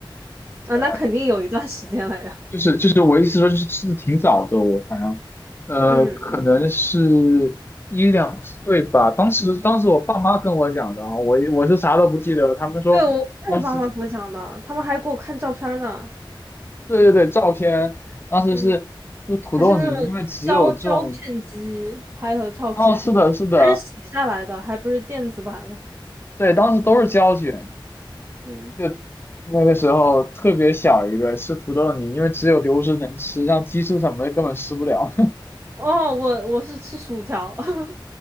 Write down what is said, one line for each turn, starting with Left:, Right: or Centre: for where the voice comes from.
Right: 啊，
Left: 呃
Right: 那肯定有一段时间了呀。
Left: 就是就是我意思说，就是吃的挺早的，我好像，呃，
Right: 嗯。
Left: 可能是一两岁吧。当时当时我爸妈跟我讲的啊，我我是啥都不记得了。他们说当时
Right: 对，我也是爸妈给我讲的，他们还给我看照片儿呢，
Left: 对对对，照片当时是就土豆泥，
Right: 嗯，还是那种胶胶片机拍的照片，
Left: 因为只有这种，哦，是的是的，
Right: 还是洗下来的，还不是电子版的，
Left: 对，当时都是胶卷，
Right: 嗯，
Left: 就那个时候特别小一个吃土豆泥，因为只有流食能吃，像鸡翅什么的根本吃不了。
Right: 哦，我我是吃薯条，<laughs>